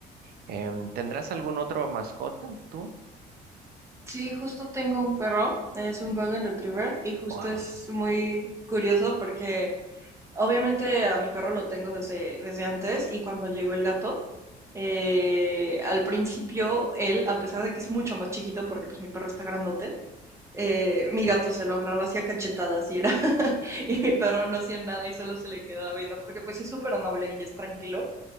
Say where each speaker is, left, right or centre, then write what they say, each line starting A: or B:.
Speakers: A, on the right; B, on the right.
A: Em, ¿tendrás algún otro mascota tú?
B: Sí, justo tengo un perro, es un Golden Retriever y justo
A: Wow,
B: es muy curioso porque Obviamente a mi perro lo tengo desde, desde antes y cuando llegó el gato, eh, al principio él, a pesar de que es mucho más chiquito porque pues mi perro está grandote, eh, mi
A: sí.
B: gato se lo agarraba así a cachetadas y era, <laughs> y mi perro no hacía nada y solo se le quedaba viendo porque pues sí es súper noble y es tranquilo